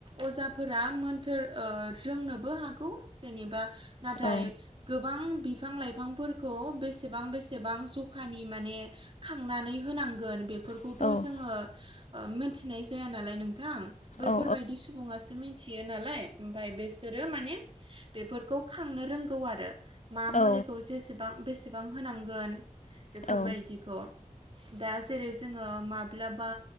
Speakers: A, on the right (about 45°); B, on the left (about 65°).
A: अजाफोरा मोन्थोर ओ रोंनोबो हागौ जेनेबा नाथाय
B: औ
A: गोबां बिफां लाइफांफोरखौ बेसेबां बेसेबां जखानि माने खांनानै होनांगोन बेफोर खौथ'
B: औ
A: जोंङो मिथिनाय जाया नालाय नोंथां बैफोरबायदि
B: औ
A: सुबुंआसो मि थियो नालाय ओमफाय बिसोरो माने बेफोरखौ खांनो रोंगौ आरो मा मुलिखौ
B: औ
A: जेसेबां बेसेबां होनांगोन बेफोरबायदिखौ
B: औ
A: दा जेरै जोंङो माब्लाबा